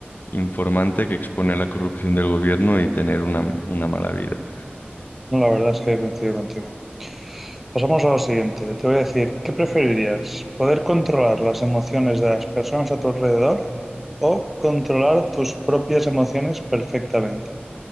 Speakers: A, on the left (about 50°); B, in the centre.
A: informante que expone la corrupción del gobierno y tener una, una mala vida.
B: No, la verdad es que coincido contigo. Pasamos a lo siguiente. Te voy a decir, ¿qué preferirías? ¿Poder controlar las emociones de las personas a tu alrededor o controlar tus propias emociones perfectamente?